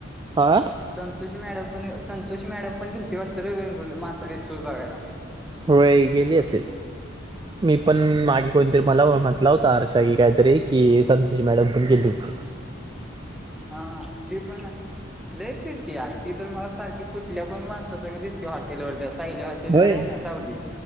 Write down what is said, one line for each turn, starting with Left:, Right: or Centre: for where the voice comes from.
Right: हा
Centre: संतोष मॅडम पण संतो तशी मॅडम पण गेलीती वाटत र वंग माते चूर बघायला.
Right: र गेली अस. मी पण मागे कोणीतरी मला म्हटला होता आरषा की काहीतरी कि संतोजी मॅडम पण गेली होती.
Centre: स्वच् हा ती पण लई फिरती यार ती तर मला सारखी कुठल्या पण माणसास दिसते. ते हॉटलवरती अस. ली हॉटेल
Right: होय
Centre: वर आहे ना सावली